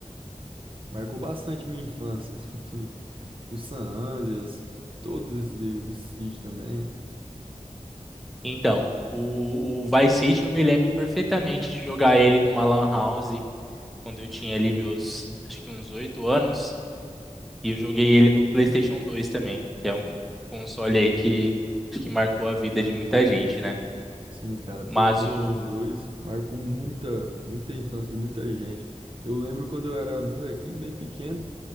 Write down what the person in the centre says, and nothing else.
Então, o, o Vice City eu me lembro perfeitamente de jogar ele numa lan house quando eu tinha ali meus, acho que uns oito anos, e eu joguei ele no PlayStation dois também, que é um console aí que acho que marcou a vida de muita gente, né?
Mas
o,